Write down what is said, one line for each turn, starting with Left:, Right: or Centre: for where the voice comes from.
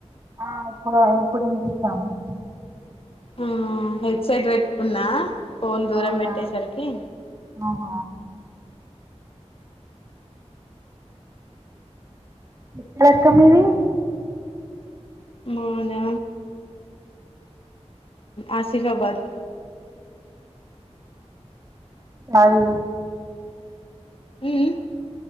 Right: ఆ ఇప్పుడు ఇప్పుడు వినిపిస్తోంది
Left: ఆ హెడ్ సైట్ పెట్టుకున్నా ఫోన్ దూరం
Right: అవునా
Left: పెట్టేసరికి
Right: ఆహ ఎక్కడ అక్క మీది
Left: మాద ఆసిఫబాద్
Right: అవు
Left: ఊ మ్